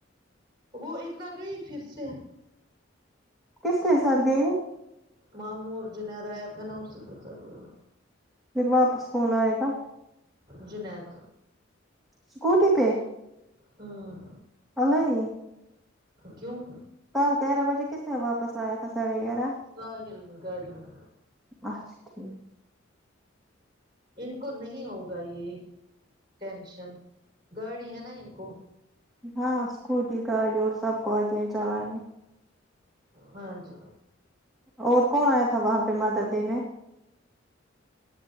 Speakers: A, on the right; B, in the centre.
A: وہ اقرا گئی پھر سے
B: کس کے ساتھ گںی ہے
A: مامو اور جنیدآیا تھا نا اسی کےساتھ گںی ہے
B: پھر واپس کون لائے گا
A: جنید
B: اسکوٹی پہ
A: امم
B: اللائی
A: کیوں
B: کل گیارہ بجے کس نے واپس لایا تھا ساڑھے گیارہ
A: ساحل نے گاڑی میں
B: اچھا ٹھیک
A: ان کو نہیں ہوگا یے ٹینشن گاڑی ہے نہ ان کو
B: ہاں اسکوٹی گاڑی اور سب کو آتی ہیں چلانے
A: ہاں جی
B: اور کون آیا تھا وہاں پے مدد دینے